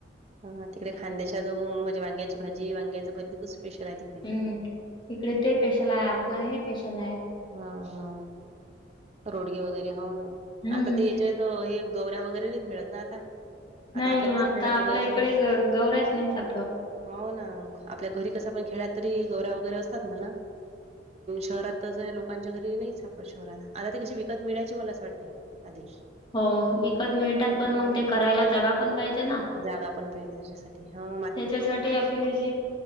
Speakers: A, on the right; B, on the left.
A: हा तिकडे खांद्याच्या जाऊ म्हज वांग्याची भाीांग्याचं भरी खपेशल आहे तिकडे.
B: हम्म इकडे ते पेशल आहे आपलं हे पेशल आहे.
A: हा हा रोडगे वगैरे हो ना
B: हम्म
A: आता ते याच्यात हे गवऱ्या वगैरे नाही मिळत ना आता.
B: नाही
A: आपल्या कसं
B: आता
A: खेड्यात
B: आपल्या
A: वगैरे आपण
B: इकडे गौऱ्याच नाही सापडं.
A: हो ना आपल्या घरी कसं पण खेळ तरी गवऱ्या वगैरे असतात म्हणा शहरात त लोकांच्या घरी नाहीच आपल्या शहर आता तेी कशी विकत मिळायची मला असं वाटते आधी.
B: हो विकत मिळतात
A: हं.
B: पण मग ते करायला जागा पण पाहिजे ना.
A: जागा पण पाहिजे तस. ते हां
B: त्याच्यासाठी आपली अशी